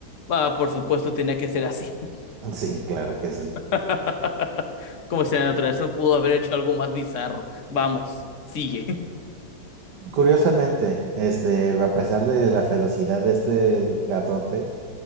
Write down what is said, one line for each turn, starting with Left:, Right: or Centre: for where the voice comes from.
Left: ah, por supuesto tenía que ser así. <laughs>
Right: Sí, claro que sí.
Left: <laughs> Como si la naturaleza no pudo haber hecho algo más bizarro. Vamos, sigue. <laughs>
Right: Curiosamente, este, a pesar de la ferocidad de este gatote,